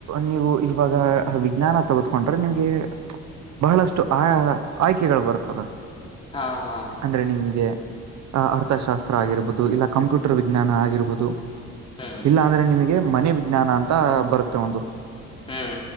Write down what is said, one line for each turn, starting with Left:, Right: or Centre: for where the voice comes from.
Right: ನೀವು ಇವಾಗ ವಿಜ್ಞಾನ ತಗತ್ಕೊಂಡ್ರೆ ನಿಮ್ಗೆ ಬಹಳಷ್ಟು ಆಯ ಆಯ್ಕೆಗಳು ಬರ್ತ್ತವೆ
Left: ಹಾ ಹಾ
Right: ಅಂದ್ರೆ ನಿಮ್ಗೆ ಆ ಅರ್ಥಶಾಸ್ತ್ರ ಆಗಿರ್ಬೋದು ಇಲ್ಲ ಕಂಪ್ಯೂಟರ್ ವಿಜ್ಞಾನ ಆಗಿರ್ಬೋದು
Left: ಹ್ಮ್
Right: ಇಲ್ಲ ಅಂದ್ರೆ ನಿಮಗೆ ಮನೆ ವಿಜ್ಞಾನ ಅಂತ ಬರುತ್ತೆ ಒಂದು
Left: ಹ್ಮ್